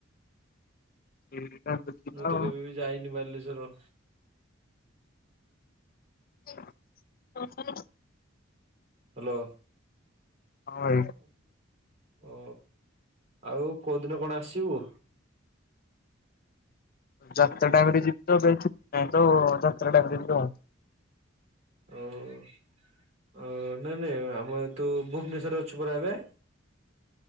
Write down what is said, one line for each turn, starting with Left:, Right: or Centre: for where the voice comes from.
Left: ଯିମି ପା ଦେଖିବା
Right: ମୁଁ ତ
Left: ଆଉ।
Right: କେବେ ବି ଯାଇନି ବାଲେଶୋର।
Left: <inaudible>
Right: ହାଲୋ।
Left: ହଁ ଭାଇ
Right: <inaudible> ଓ ଆଉ କୋଉ ଦିନ କଣ ଆସିବୁ?
Left: ଯାତ୍ରା ଟାଇମ୍ ରେ ଯିବି ତ ବାଇ ଛୁଟି ନାହିଁ ତ ଯାତ୍ରା ଟାଇମ୍ ରେ ଯିବା ଆଉ।
Right: ଓ ଓ ନାଇଁ ନାଇଁ ଆମର ଏ ତୁ ଭୁବନେଶ୍ଵରରେ ଅଛୁ ପରା ଏବେ?